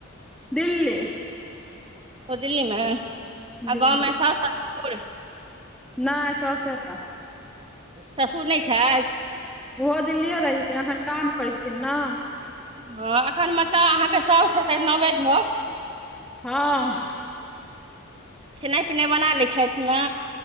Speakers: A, in the centre; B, on the right.
A: दिल्ली।
B: ओ दिल्ली मे, आ
A: दिल्ली
B: गाँव में
A: मे
B: सब सासु आ ससुर
A: नहि सौ से टा।
B: ससुर नहि छथि।
A: ओहो दिल्लिए रहै छथिन, अखैन काम करै छथिन ने।
B: हँ एखन मतलब अहाँके साऊस हेतैथ नबे धोव
A: हँ।
B: खेनाइ पिनाइ बना लै छथि ने?